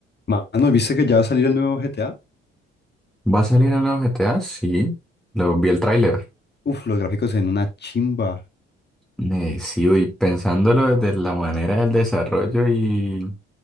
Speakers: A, on the left; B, in the centre.
A: Mano, ¿viste que ya va a salir el nuevo GTA?
B: ¿Va a salir en los GTA? Sí, lo vi el tráiler.
A: Uf, los gráficos en una chimba.
B: Eh, sí, y pensándolo desde la manera del desarrollo y,